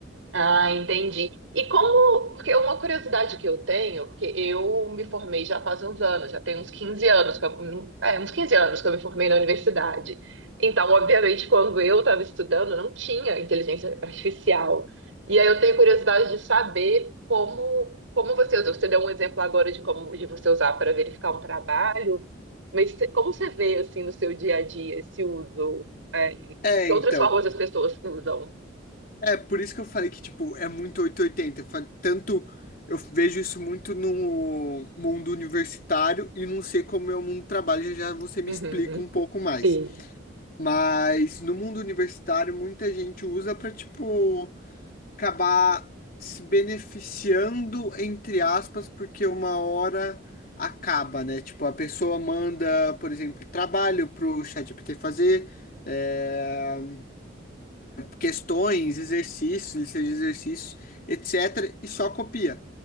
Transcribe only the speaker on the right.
Ah, entendi. E como, porque uma curiosidade que eu tenho, porque eu me formei já faz uns anos, já tem uns 15 anos, que eu- é, uns 15 anos que eu me formei na universidade. Então, obviamente, quando eu estava estudando, não tinha inteligência artificial. E aí eu tenho curiosidade de saber como, como você usa. Você deu um exemplo agora de como de você usar para verificar um trabalho, mas cê- como você vê assim no seu dia a dia esse uso? é,
que outras
formas as pessoas usam?
Uhum.
Sim.